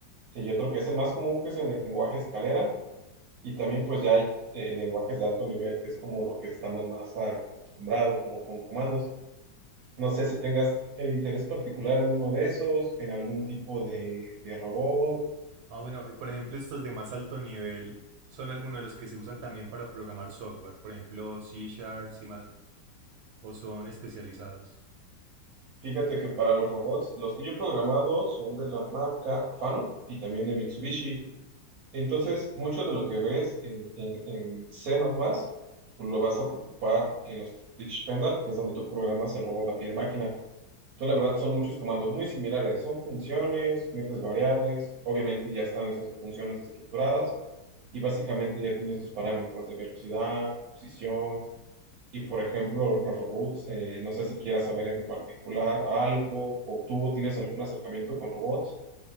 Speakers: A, on the right; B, on the right.
A: y hay otro que es el más común, que es el lenguaje escalera. Y también pues ya hay eh, lenguajes de alto nivel, que es como lo que estamos más acostumbrados, como con comandos. No sé si tengas el interés particular en uno de esos, en algún tipo de, de robot.
B: Ah, bueno, y por ejemplo, estos de más alto nivel son algunos de los que se usan también para programar software, por ejemplo, C Sharp, C++, o son especializados.
A: Fíjate que para los robots, los que yo he programado son de la marca Fanuc y también de Mitsubishi. Entonces, mucho de lo que ves en, en, en C++, pues lo vas a ocupar en los Teach Pendal, que es donde tú programas el robot a pie de máquina. Entonces, la verdad, son muchos comandos muy similares. Son funciones, metes variables, obviamente ya están esas funciones estructuradas y básicamente ya tienes tus parámetros de velocidad, posición y, por ejemplo, los robots. eh, no sé si quieras saber en particular algo o tú tienes algún acercamiento con robots.